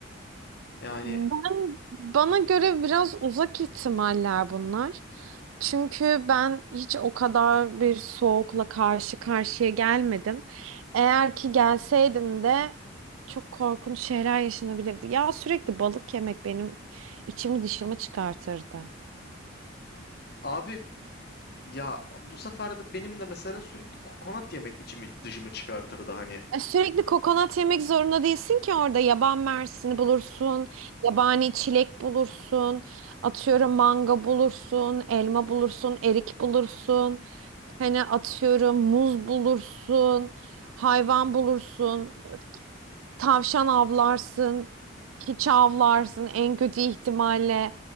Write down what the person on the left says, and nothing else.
Yani
abi ya bu sefer de benim de mesela sürekli kokonat yemek içimi dışımı çıkartırdı hani.